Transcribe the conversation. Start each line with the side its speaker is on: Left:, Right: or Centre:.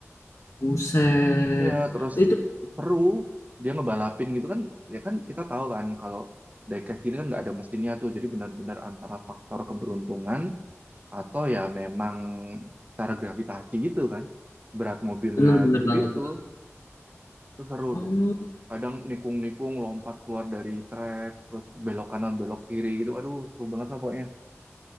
Left: Buset,
Right: Iya, terus
Left: itu, itu
Right: seru. Dia ngebalapin gitu kan. Ya kan kita tahu kan kalau diecast ini kan nggak ada mesinnya tuh. Jadi benar-benar antara faktor keberuntungan atau ya memang secara gravitasi gitu kan. Berat mobilnya
Left: bener-bener
Right: gitu-gitu.
Left: banget bang.
Right: Itu seru
Left: Hmm.
Right: tuh. Kadang nikung-nikung, lompat keluar dari trek, terus belok kanan, belok kiri gitu. Aduh, seru banget lah pokoknya.